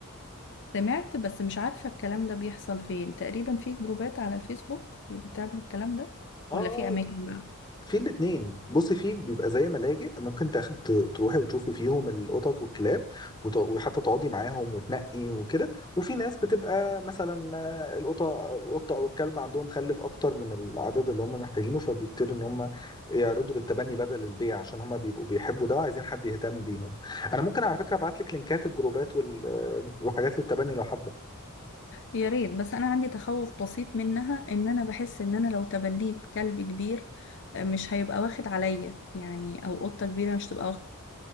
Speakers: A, on the left; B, on the left.
A: سمعت بس مش عارفه الكلام ده بيحصل فين تقريبا في جروبات على الفيسبوك اللي بتعمل الكلام ده
B: اه
A: ولا في اماكن بقى
B: في الاثنين بصي في بيبقى زي ملاجئ ممكن تاخد تروحي وتشوفي فيهم القطط والكلاب وت- وحتى تقعدي معاهم وتنقي وكده وفي ناس بتبقى مثلا آه، القطه القطه او الكلب عندهم خلف اكتر من العدد اللي هم محتاجينه فبيبتدوا ان هم يعرضوا للتبني بدل البيع عشان هم بيبقوا بيحبوا ده وعايزين حد يهتم بيهم انا ممكن على فكره ابعت لك لينكات الجروبات وال- آه، وحاجات للتبني لو حابه
A: يا ريت بس انا عندي تخوف بسيط منها ان انا بحس ان انا لو تبنيت كلب كبير آه، مش هيبقى واخد عليا يعني او قطة كبيرة مش تبقى واخد